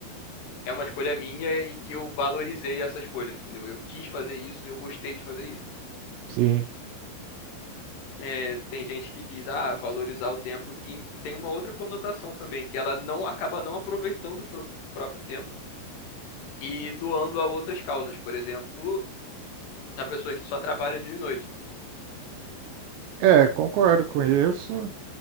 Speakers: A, on the left; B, on the right.
A: é uma escolha minha e que eu valorizei essa escolha, entendeu? Eu quis fazer isso e eu gostei de fazer isso.
B: Sim.
A: É, tem gente que diz, ah, valorizar o tempo, que tem uma outra conotação também, que ela não acaba não aproveitando o próprio, próprio tempo e doando a outras causas. Por exemplo, a pessoa que só trabalha dia e noite,
B: É, concordo com isso.